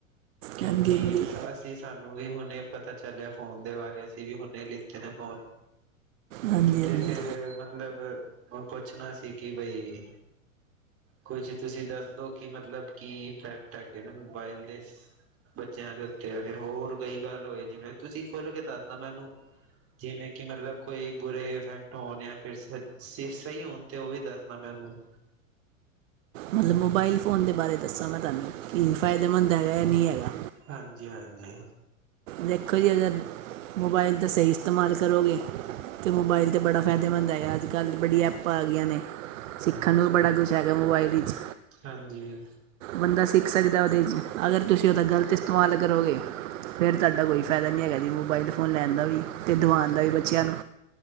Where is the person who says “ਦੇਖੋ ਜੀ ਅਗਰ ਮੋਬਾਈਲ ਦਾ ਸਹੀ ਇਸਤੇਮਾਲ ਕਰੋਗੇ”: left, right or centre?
Right